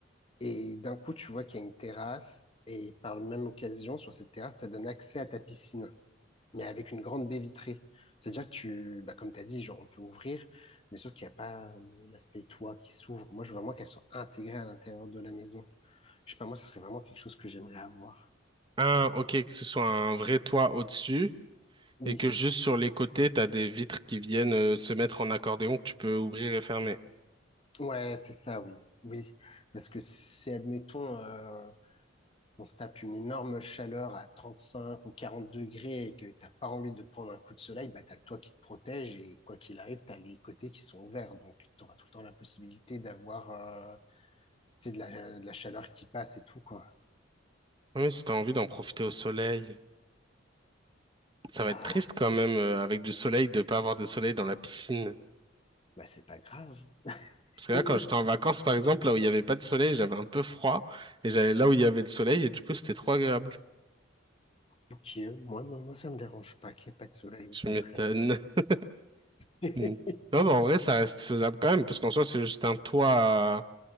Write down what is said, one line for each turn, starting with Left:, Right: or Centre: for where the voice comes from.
Left: Et d'un coup, tu vois qu'il y a une terrasse. Et par la même occasion, sur cette terrasse, ça donne accès à ta piscine. mais avec une grande baie vitrée. C'est-à-dire que tu, bah, comme tu as dit, genre, on peut ouvrir, mais sauf qu'il n'y a pas euh, l'aspect toit qui s'ouvre. Moi, je veux vraiment qu'elle soit intégrée à l'intérieur de la maison. Je sais pas, moi, ce serait vraiment quelque chose que j'aimerais avoir.
Right: Un,
Left: Mais bon,
Right: ok, que ce soit un vrai toit au-dessus
Left: oui.
Right: et que juste sur les côtés, t'as des vitres qui viennent euh, se mettre en accordéon que tu peux ouvrir et fermer.
Left: Ouais, c'est ça, oui. Oui. Parce que si, admettons, euh, on se tape une énorme chaleur à 35 ou 40 degrés et que t'as pas envie de te prendre un coup de soleil, bah, t'as le toit qui te protège et quoi qu'il arrive, t'as les côtés qui sont ouverts. Donc, t'auras tout le temps la possibilité d'avoir, euh, c'est de la, euh, de la chaleur qui passe et tout, quoi.
Right: Oui, si t'as envie d'en profiter au soleil. Ça va
Left: Ah,
Right: être triste quand même, euh, avec du soleil, de pas avoir de soleil dans la piscine.
Left: bah c'est pas grave.
Right: Parce que là,
Left: <laughs>
Right: quand j'étais en vacances, par exemple, là où il n'y avait pas de soleil, j'avais un peu froid, et j'allais là où il y avait le soleil, et du coup, c'était trop agréable.
Left: Ok, moi, non, moi ça me dérange pas qu'il n'y ait pas de soleil, au
Right: Je
Left: contraire.
Right: m'étonne. <laughs>
Left: <laughs>
Right: Mm. Non, bah, en vrai, ça reste faisable quand même, parce qu'en soi, c'est juste un toit, euh,